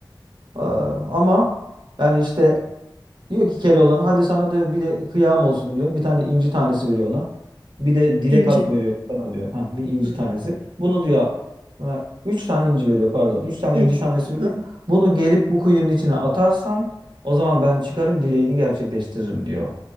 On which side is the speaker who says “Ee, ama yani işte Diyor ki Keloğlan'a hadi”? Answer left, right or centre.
Right